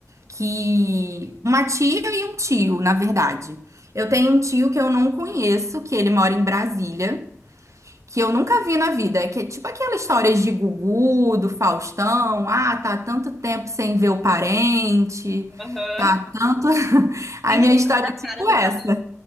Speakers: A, on the right; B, in the centre.
A: que. Uma tia e um tio, na verdade. Eu tenho um tio que eu não conheço, que ele mora em Brasília, que eu nunca vi na vida. É Que é tipo aquela história de Gugu, do Faustão. Ah, tá há tanto tempo sem ver o parente.
B: Aham.
A: Tá há tanto. <laughs> A
B: Nem
A: minha
B: lembra
A: história
B: da
A: é tipo
B: cara do
A: essa.
B: planeta.